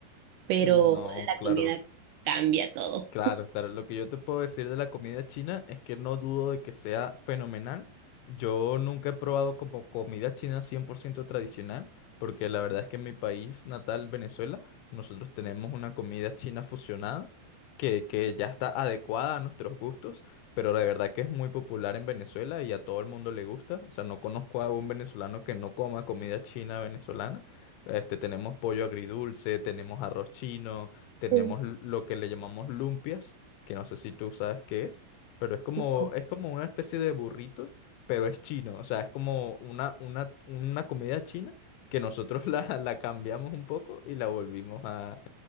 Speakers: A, on the right; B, on the left.
A: pero
B: No,
A: la
B: claro.
A: comida cambia todo.
B: Claro, claro. Lo que yo te puedo decir de la comida china es que no dudo de que sea fenomenal. Yo nunca he probado como comida china 100% tradicional, porque la verdad es que en mi país natal, Venezuela, nosotros tenemos una comida china fusionada que, que ya está adecuada a nuestros gustos, pero la verdad que es muy popular en Venezuela y a todo el mundo le gusta. O sea, no conozco a un venezolano que no coma comida china venezolana. Este, tenemos pollo agridulce, tenemos arroz chino tenemos
A: <laughs>
B: l- lo que le llamamos lumpias, que no sé si tú sabes qué es, pero es como,
A: No.
B: es como una especie de burrito, pero es chino, o sea, es como una, una, una comida china que nosotros la, <laughs> la cambiamos un poco y la volvimos a,